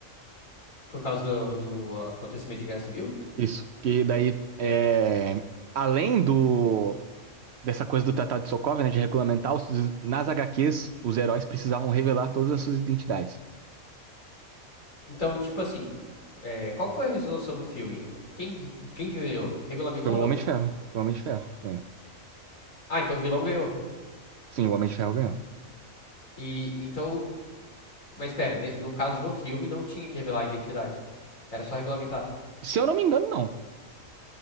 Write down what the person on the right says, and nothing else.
Isso, que daí, é, além do dessa coisa do Tratado de Sokovia, né, de regulamentar, os- nas HQs, os heróis precisavam revelar todas as suas identidades.
Foi o
Homem de Ferro, foi o Homem de Ferro que ganhou.
Sim, o Homem de Ferro ganhou.
Se eu não me engano, não.